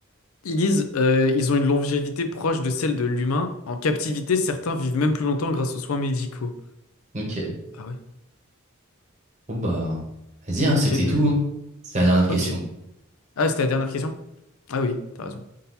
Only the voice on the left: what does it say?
ils disent euh, ils ont une longévité proche de celle de l'humain. En captivité, certains vivent même plus longtemps grâce aux soins médicaux.
Ah ouais,
ok,
bien
vu.
Ok. Ah, c'était la dernière question? Ah oui, t'as raison.